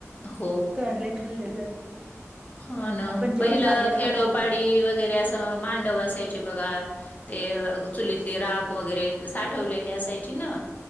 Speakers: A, on the left (about 30°); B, on the right (about 20°).
A: हो,
B: कारले खाल्ले तर
A: हो ना,
B: आपण जेव्हा
A: पहिलं
B: कारले
A: खेडोपाडी
B: खातो
A: वगैरे असं मांडव असायचे बघा. ते अ चुलीतली राख वगैरे साठवलेली असायची ना,